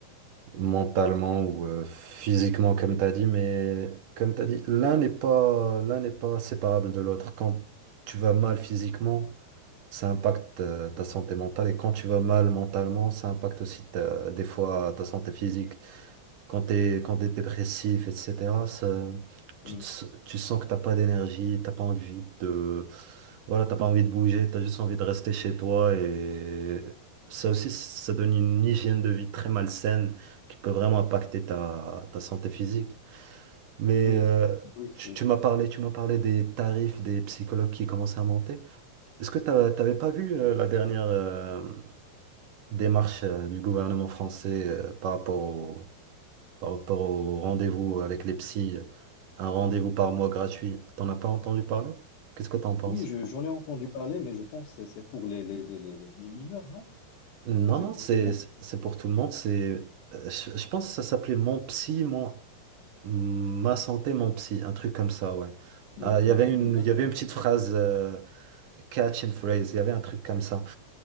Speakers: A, on the right (about 65°); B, on the left (about 75°).
A: mentalement ou euh, physiquement, comme tu as dit, mais comme tu as dit, l'un n'est pas, l'un n'est pas séparable de l'autre. Quand tu vas mal physiquement, ça impacte euh, ta santé mentale, et quand tu vas mal mentalement, ça impacte aussi ta- des fois ta santé physique. Quand t'es, quand t'es dépressif, etc., ça-
B: Hum.
A: tu, te s- tu sens que t'as pas d'énergie, t'as pas envie de, voilà, t'as pas envie de bouger, t'as juste envie de rester chez toi et ça aussi, ça donne une hygiène de vie très malsaine qui peut vraiment impacter ta, ta santé physique. Mais
B: Oui,
A: euh,
B: oui,
A: tu,
B: je-
A: tu m'as parlé, tu m'as parlé des tarifs des psychologues qui commençaient à monter. Est-ce que t'as- t'avais pas vu euh, la dernière euh, démarche euh, du gouvernement français euh, par rapport au par rapport au rendez-vous avec les psys, un rendez-vous par mois gratuit. T'en as pas entendu parler? Qu'est-ce que t'en penses?
B: Oui, je- j'en ai entendu parler, mais je pense que c'est pour les, les, les, les, les- les mineurs, non?
A: Non,
B: Ou c'est
A: non,
B: pour
A: c'est
B: tout le monde?
A: c'est pour tout le monde. C'est, euh, je, je pense que ça s'appelait Mon Psy, mon, ma santé, mon psy, un truc comme ça, ouais.
B: Hum,
A: Euh, Il
B: hum,
A: y avait une,
B: d'accord.
A: il y avait une petite phrase, euh, catch and phrase, il y avait un truc comme ça.